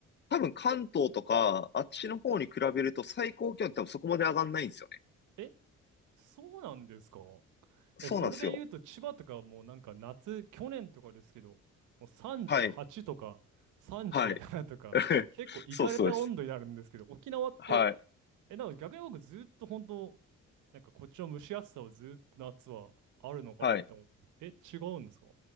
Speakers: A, on the left; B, on the right.
A: 多分関東とか、あっちの方に比べると最高気温って多分そこまで上がんないんですよね。
B: えそうなんですか。
A: そうなんですよ。
B: え、それで言うと千葉とかもうなんか夏、去年とかですけど、もう38とか37とか、
A: はい。はい。<laughs>
B: 結構いかれた温度になるんですけど、
A: そうそうです。
B: 沖縄って、
A: はい。
B: え、だから逆に僕ずっと本当、なんかこっちの蒸し暑さをずっと夏はあるのかなって思ってる、
A: はい。
B: え、違うんですか